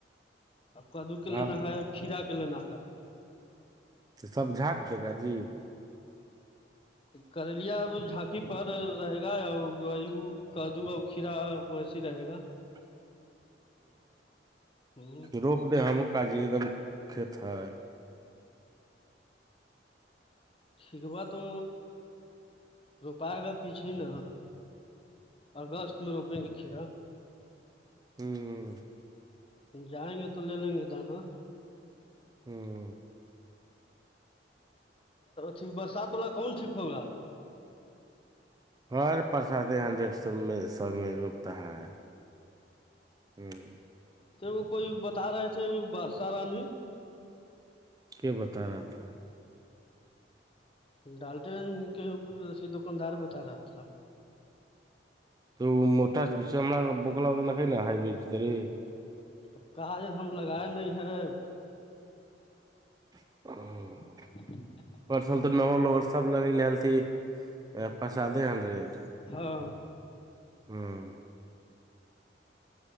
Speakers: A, on the left; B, on the right.
A: آ کدو کے
B: ہاں
A: لینا ہے اور کھیرا کے لینا ہے
B: تو سب جھانک دے گا جی
A: کرلیا اب جھانکی پر رہے گا وہی کرد ا اخھیرا و ویسی رہ ہے گا
B: <inaudible>
A: ہ
B: روپ د ہم کاجی ایک دم کھیت ہے
A: کھکوا تو روپائے گا پیچھے نا اورگش میں روپیں گے کھیرا
B: ہوں
A: جائیں گے تو لے لیں گے دانا
B: ہوں
A: اھی برسات والا کون ٹھیک ہوگا
B: ہر پرساد ہنڈریڈ سو میں سو میں رکتا ہے ہوں
A: تو وہ کوئی بتا رہے تھے برسا رانی
B: کیا بتا رہا تھا
A: ڈالتے ہیں کہ ایے دکاندار بتا رہا تھا
B: تو موٹا ہم بوکلا وکھ ہے نا ہبریڈ ترے
A: تو کاج ہم لگائے نہیں ہے
B: <unintelligible>
A: <unintelligible>
B: پرسل تو ن ل سب لگی تھی ا پرسادے ہنڈریڈ
A: ہاں
B: ہاں